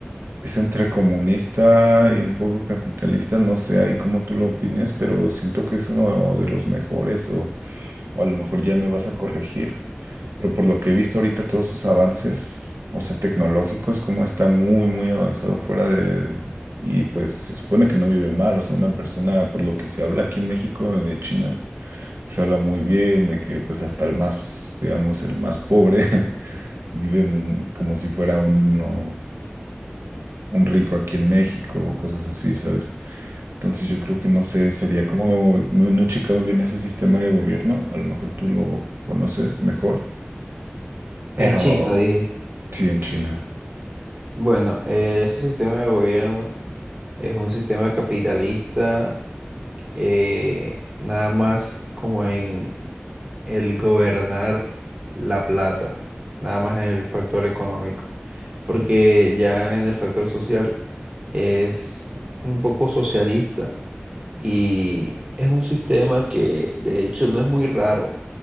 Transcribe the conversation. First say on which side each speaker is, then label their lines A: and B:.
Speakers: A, on the right (about 65°); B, on the right (about 25°).
A: Es entre comunista y un poco capitalista, no sé ahí cómo tú lo opines, pero siento que es uno de los mejores o, o a lo mejor ya me vas a corregir, pero por lo que he visto ahorita todos sus avances, o sea, tecnológicos, cómo está muy, muy avanzado fuera de... Y pues se supone que no vive mal, o sea, una persona, por lo que se habla aquí en México, de China, se habla muy bien de que pues hasta el más, digamos, el más pobre <laughs> vive mu- como si fuera uno un rico aquí en México o cosas así, ¿sabes? Entonces yo creo que no sé, sería como, no, no he checado bien ese sistema de gobierno, a lo mejor tú lo conoces mejor, pero
B: En China, dijiste.
A: sí en China.
B: Bueno, eh, ese sistema de gobierno es un sistema capitalista, eh, nada más como en el gobernar la plata, nada más en el factor económico, porque ya en el factor social es un poco socialista, Y es un sistema que de hecho no es muy raro.